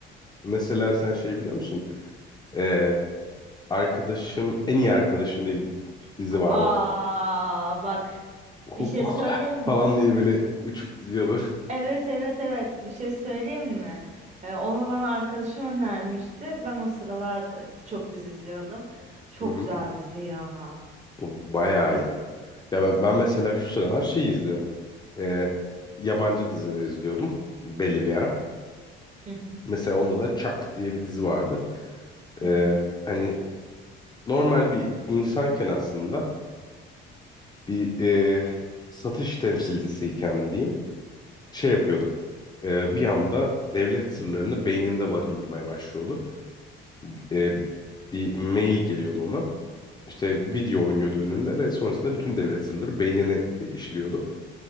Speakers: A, on the left; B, on the right.
A: Mesela sen şey biliyor musun? Ee, arkadaşım, en iyi arkadaşım diye bir dizi
B: Aa
A: vardı.
B: bak
A: <laughs>
B: bir şey söyleyeyim mi?
A: falan diye böyle uçup gidiyorlar.
B: Evet evet evet bir şey söyleyeyim mi? Ee, onu bana arkadaşım önermişti. Ben o sıralar e, çok dizi izliyordum. Çok
A: Hı hı.
B: güzel dizi ya.
A: O bayağı iyi ya. Ya ben, ben mesela şu sıralar şey izliyorum. Ee, yabancı diziler izliyordum belli bir ara.
B: Hı hı
A: Mesela onda da Chuck diye bir dizi vardı.
B: hı
A: Ee,
B: hı.
A: hani normal bir insanken aslında bir e, satış temsilcisiyken diyeyim şey yapıyordu. Ee, bir anda devlet sırlarını beyninde barındırmaya başlıyordu. Ee, bir mail geliyordu ona. işte video oynuyordu önünde ve sonrasında bütün devlet sırları beynine e, işliyordu.